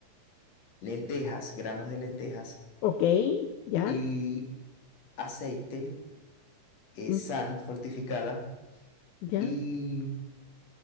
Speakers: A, on the left (about 60°); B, on the left (about 75°).
A: lentejas, granos de lentejas
B: ok, ya,
A: y aceite, eh,
B: mm,
A: sal fortificada
B: ya,
A: y